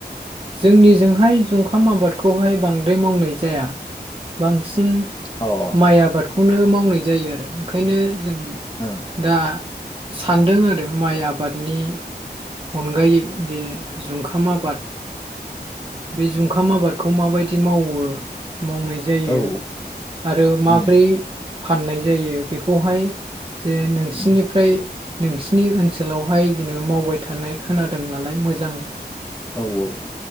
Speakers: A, on the right (about 30°); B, on the left (about 25°).
A: जोंनिजोंहाय जुंखाम आबादखौहाय बांद्राय मावनाय जाया बांसि उम
B: अ ओ
A: माइ आबादखौनो मावनाय जायो आरो ओंखायनो जों
B: ओ
A: दा सानदों आरो माइ आबादनि अनगायै जे जुंखाम आबाद बे जुंखाम आबादखौ माबायदि मावो मावनाय जायो
B: औ
A: आरो माब्रै
B: उम
A: फाननाय जायो बेखौहाय जे नोंसिनिफ्राय
B: उम
A: नोंसिनि ओनसोल सोलावहाय जेनेबा मावबाय थानाय खोनादों नालाय मोजां
B: औ औ।